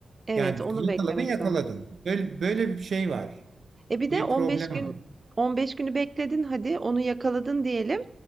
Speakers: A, on the right; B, on the right.
A: Evet,
B: Yani
A: onu
B: yakaladın
A: beklemek
B: yakaladın.
A: zorundasın.
B: Böyle, böyle bir şey var.
A: E, bir de
B: Bir
A: 15
B: problem
A: gün
B: var.
A: 15 günü bekledin hadi, onu yakaladın diyelim.